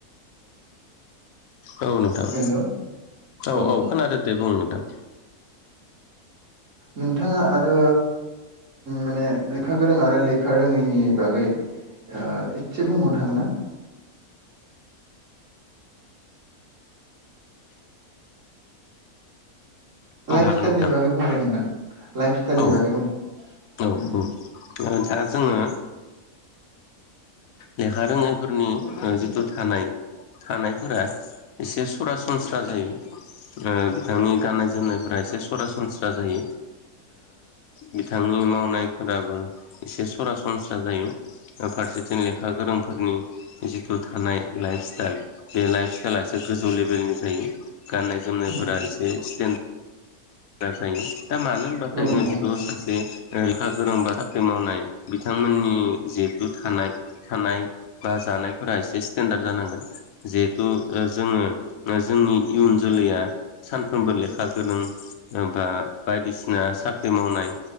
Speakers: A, on the left; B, on the right.
A: औ नोंथां
B: हेलौ
A: औ
B: अ
A: औ खोनादो दे बुं नोंथां
B: नोंथाङा आरो माने लेखा गोरों आरोेखा रोङैनि बागै एसे बुंबावनो हागोन ना
A: औ
B: लाइफ
A: हागोन
B: स्टाइलनि
A: नोंथां
B: बागै बुं दे नोंथां लाइफ स्टाइलनि
A: औ
B: बागै बुं
A: औ
B: उम
A: औ दा जोङो लेखा रोङैफोरनि जिथु थानाय थानायफोरा एसे सरासनस्रा जायो बिथांनि गाननाय जोमनाय एसे सरासनस्रा जायो बिथांनि मावनायफोराबो एसे सरासनस्रा जायो था जों लेखा गोरोंफोरनि जिथु थानाय लाइफ स्टाइल बे लाइफ स्टाइला एसे गोजौ लेभेलनि जो गाननाय जोमनायफोरा
B: उम उम
A: एसे स्टडार् जायो। दा मानो होनबाथाय
B: औ
A: जों
B: नंगौ
A: बेखौ
B: नोंथां
A: सासे लेखा गोरों बा साख्रि मावनाय बिथांमोननि जिहेथु थानाय थानाय बा जानायफोरा एसे स्टेेनडार्ड जानांगोन जिहेथु जोङो जोंनि इयुन जोलैया सानफ्रोमबो लेखा गोरों दों था बायदिसिना साख्रि मावनाय